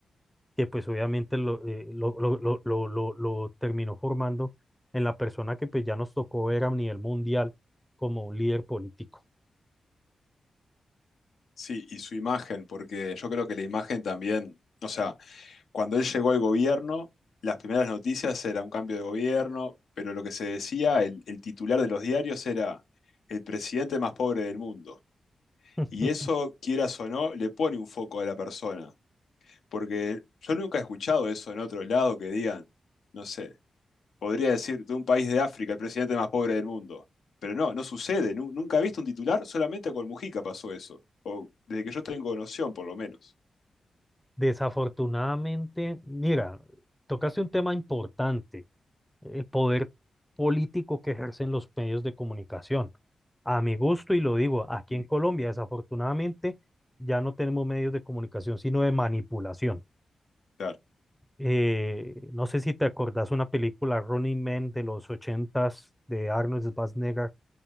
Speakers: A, in the centre; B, on the left (about 80°).
A: que pues obviamente lo, eh, lo, lo, lo, lo- lo- lo terminó formando en la persona que pues ya nos tocó ver a nivel mundial como un líder político.
B: Sí, y su imagen, porque yo creo que la imagen también, o sea, cuando él llegó al gobierno, las primeras noticias era un cambio de gobierno, pero lo que se decía, el, el titular de los diarios era el presidente más pobre del mundo.
A: <laughs>
B: Y eso, quieras o no, le pone un foco a la persona, porque yo nunca he escuchado eso en otro lado que digan, no sé. podría decir, de un país de África, el presidente más pobre del mundo. Pero no, no sucede. Nu- nunca he visto un titular, solamente con Mujica pasó eso. O desde que yo tengo noción, por lo menos.
A: Desafortunadamente, mira, tocaste un tema importante, el poder político que ejercen los medios de comunicación. A mi gusto, y lo digo, aquí
B: Mm,
A: en Colombia, desafortunadamente, ya no tenemos medios de comunicación, sino de manipulación.
B: claro.
A: Eh, no sé si te acordás una película Running Man de los ochentas de Arnold Schwarzenegger,